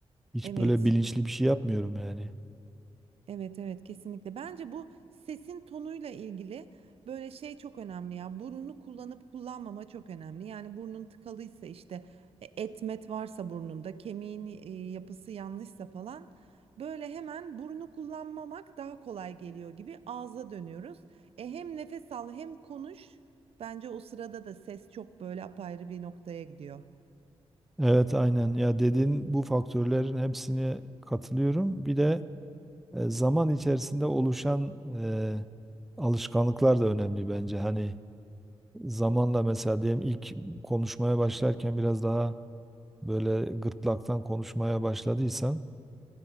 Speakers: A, in the centre; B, on the right (about 60°).
A: hiç
B: Evet.
A: böyle bilinçli bir şey yapmıyorum yani.
B: Evet evet kesinlikle. Bence bu sesin tonuyla ilgili böyle şey çok önemli ya. Burnunu kullanıp kullanmama çok önemli. Yani burnun tıkalıysa işte e, etmet varsa burnunda, kemiğin e, yapısı yanlışsa falan böyle hemen burnu kullanmamak daha kolay geliyor gibi ağza dönüyoruz. E hem nefes al hem konuş. Bence o sırada da ses çok böyle apayrı bir noktaya gidiyor.
A: Evet aynen ya dediğin bu faktörlerin hepsine katılıyorum. Bir de e, zaman içerisinde oluşan e, alışkanlıklar da önemli bence. Hani zamanla mesela diyelim ilk konuşmaya başlarken biraz daha böyle gırtlaktan konuşmaya başladıysan